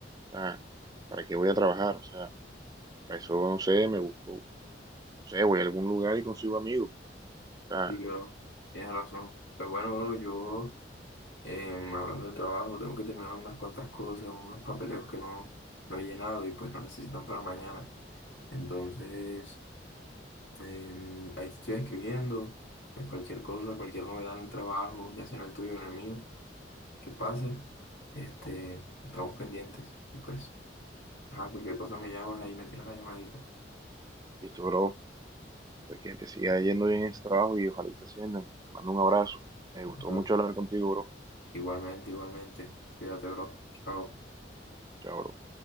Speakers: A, on the right; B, on the left.
A: O sea, ¿para qué voy a trabajar? O sea, para eso no sé, me busco, no sé, voy a algún lugar y consigo amigos. O sea,
B: Sí, bro, tienes razón. Pues bueno, bro, yo... Em, hablando de trabajo, tengo que terminar unas cuantas cosas, unos papeleos que no, no he llenado y pues no necesitan para mañana. Entonces, em, ahí te estoy escribiendo, pues cualquier cosa, cualquier novedad en el trabajo, ya sea en el tuyo o en el mío, que pase, este, estamos pendientes y pues, ajá, cualquier cosa me llamas ahí, me tiras la llamadita.
A: listo, bro, pues que te siga yendo bien en ese trabajo y ojalá y te asciendan. Te mando un abrazo. Me
B: Ah,
A: gustó mucho hablar contigo, bro.
B: Igualmente, igualmente, cuídate, bro, chao.
A: Chao, bro.